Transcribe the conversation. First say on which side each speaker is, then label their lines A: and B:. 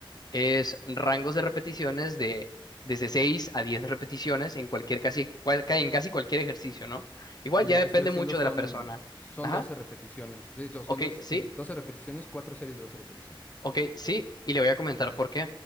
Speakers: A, on the left; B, on the left.
A: es rangos de repeticiones de desde 6 a 10 repeticiones en cualquier casi, cual- ca- en casi cualquier ejercicio, ¿no? Igual
B: lo
A: ya depende
B: que estoy haciendo
A: mucho
B: son,
A: de la persona.
B: son
A: Ajá,
B: 12 repeticiones. Eh, yo- Son
A: ok,
B: dos, sí,
A: sí,
B: 12 repeticiones, cuatro series de 12 repeticiones.
A: ok, sí, y le voy a comentar por qué.